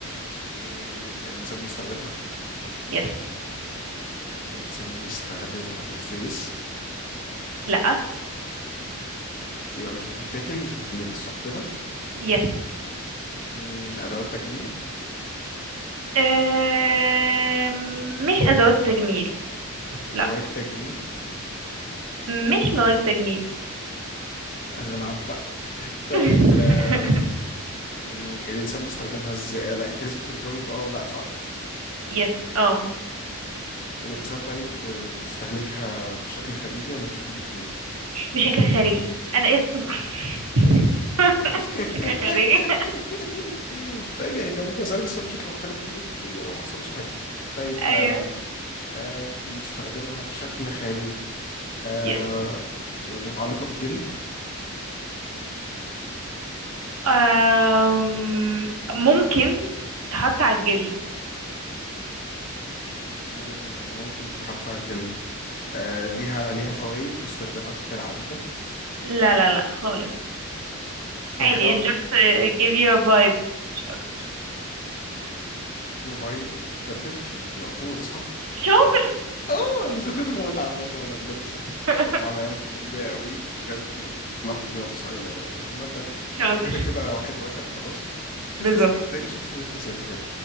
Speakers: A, on the left; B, on the right.
A: مم، الانسان بيستخدمها
B: يس
A: الانسان بيستخدمها بتتلبس
B: لا
A: يبقى مش بتتاكل مش بتتلبس صح كده
B: يس
A: مم، ادوات تجميل
B: آه... مش ادوات تجميل
A: مواد
B: لا
A: تجميل
B: مش مواد تجميل
A: هنلعب بقى <laughs> طيب
B: <laughs>
A: آم، مم، الإنسان بيستخدمها ازاي؟ لا أنت لازم ترجوي بقى ولا صح؟
B: يس اه
A: الإنسان طيب آه، بيستهلكها بشكل خارجي ولا بشكل داخلي؟
B: بشكل خارجي انا إيه- <laughs>
A: <laughs>
B: بشكل خارجي
A: طيب يعني كان ممكن اسالك السؤال بشكل مختلف وترد دي تقولي اه ما حصلش حاجه طيب
B: <laughs> ايوه
A: آم، آه بيستخدمها بشكل خارجي آه
B: يس
A: متعلقه بالجلد
B: أم... ممكن تتحط على الجلد
A: مم، ممكن تتحط على الجلد آه ليها ليها فوائد واستخدامات عديده
B: لا لا لا خالص
A: هي
B: عادي
A: حاجه
B: it just uh, give you a vibe مش اكتر
A: فايب ده برفيوم دي عطور صح
B: شاطر
A: اه انا شاطر موت عامة انا بجد شاطر
B: <laughs>
A: برافو عليا انا فخور بيا قوي بجد اللحظة دي لحظة سعيدة قوي يعني عامة
B: شاطر
A: احنا كده كده واحد واحد خلاص شفت
B: بالظبط
A: ازاي ازاي- شفت ذاك ازاي بجد